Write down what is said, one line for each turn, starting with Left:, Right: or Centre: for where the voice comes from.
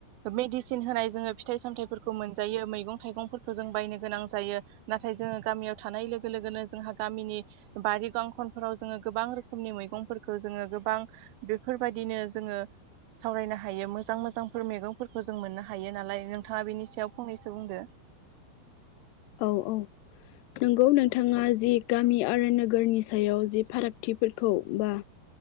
Right: मेडिसिन होनाय जोङो फिथाइ सामथाइफोरखौ मोनजायो मैगं थाइगंफोरखौ जों बायनो गोनां जायो नाथाय जोङो गामियाव थानाय लोगो लोगोनो जोंहा गामिनि बारि गावन फोराव जोंङो गोबां रोखोमनि मैगंफोरखौ जोंङो गोबां बेफोरबायदिनो जोंङो सावरायनो हायो मोजां मोजांफोर मैगंफोरखौ जों मोननो हायो नालाय नोंथाङा बेनि सायाव फंनैसो बुंदो
Left: औ औ नोंगौ नोंथाङा जि गामि आरो नोगोरनि सायाव जि फारागथिफोरखौ बा